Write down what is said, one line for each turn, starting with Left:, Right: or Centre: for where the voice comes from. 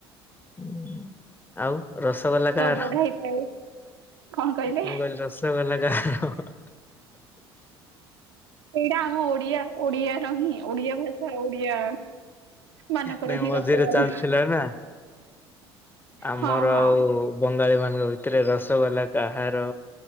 Left: ଉଁ ଆଉ ରସଗୋଲା କା'ର।
Right: ବଢାଇଥାଏ କଣ କହିଲେ
Left: ମୁଁ କହିଲି ରସ ଗୋଲା କାହାର।
Right: ଏଇଟା ଆମ ଓଡିଆ ଓଡିଆ ର ହିଁ ଓଡିଆ ଭାଷା ଓଡିଆ ମାନଙ୍କର
Left: ନାଇଁ
Right: ହିଁ
Left: ମଝିରେ
Right: ରସଗୋଲା।
Left: ଚାଲିଥିଲା ନା ଆମର
Right: ହଁ ହଁ
Left: ଆଉ ବଙ୍ଗାଳୀ ମା ତାଙ୍କ ଭିତରେ ରସଗୋଲା କାହାର